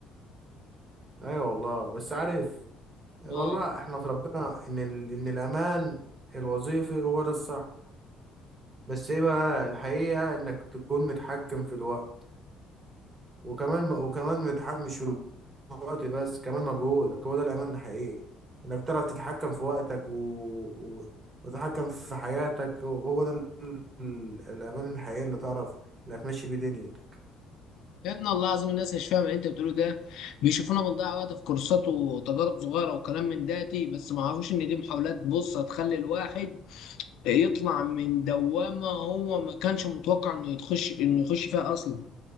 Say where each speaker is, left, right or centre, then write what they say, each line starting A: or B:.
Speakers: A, on the right; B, on the left.
A: ايوه والله بس عارف والله
B: اه
A: احنا اتربينا ان ال... ان الامان الوظيفي هو ده الصح بس ايه بقى الحقيقه انك تكون متحكم في الوقت وكمان وكمان ما تتحكمش في الوقت بس كمان مجهودك هو ده الأمان الحقيقي إنك تعرف تتحكم في وقتك و... و... وتتحكم في حياتك هو ده ال... ال- الأمان الحقيقي اللي تعرف اللي هتمشي بيه دنيتك
B: يا ابن الله العظيم الناس مش فاهمه اللي انت بتقوله ده بيشوفونا بنضيع وقت في كورسات وتجارب صغيره وكلام من داتي بس ما عرفوش ان دي محاولات بص هتخلي الواحد يطلع من دوامه هو ما كانش متوقع انه يخش انه يخش فيها اصلا